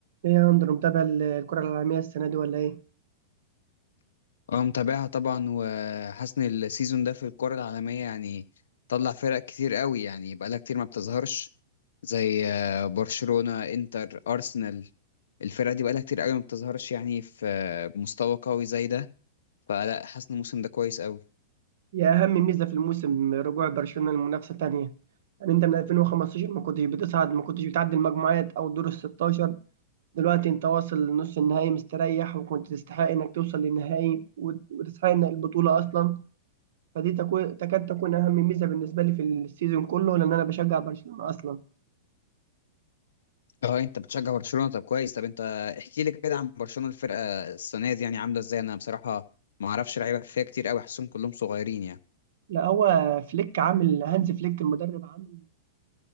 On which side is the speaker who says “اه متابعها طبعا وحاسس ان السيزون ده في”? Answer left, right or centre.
Left